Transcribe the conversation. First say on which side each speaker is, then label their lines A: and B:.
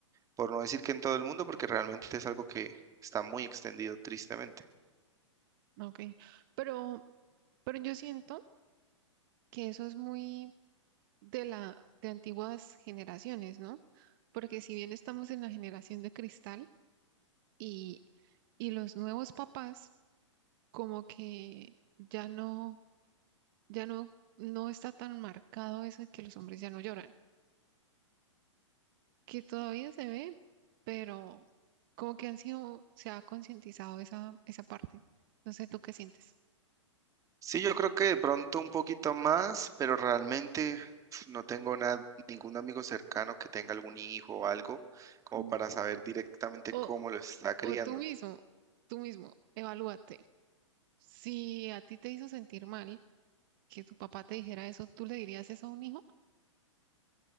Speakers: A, on the right (about 20°); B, on the right (about 45°).
A: Por no decir que en todo el mundo, porque realmente es algo que está muy extendido, tristemente.
B: Ok. Pero, pero yo siento que eso es muy de la, de antiguas generaciones, ¿no? Porque si bien estamos en la generación de cristal y, y los nuevos papás como que ya no, ya no, no está tan marcado eso de que los hombres ya no lloran, que todavía se ve, pero como que han sido, se ha concientizado esa, esa parte. No sé, ¿tú qué sientes?
A: Sí, yo creo que de pronto un poquito más, pero realmente uf, no tengo nada, ningún amigo cercano que tenga algún hijo o algo como
B: Ujú.
A: para saber directamente
B: O,
A: cómo lo está criando.
B: o tú mismo, tú mismo, evalúate. Si a ti te hizo sentir mal que tu papá te dijera eso, ¿tú le dirías eso a un hijo?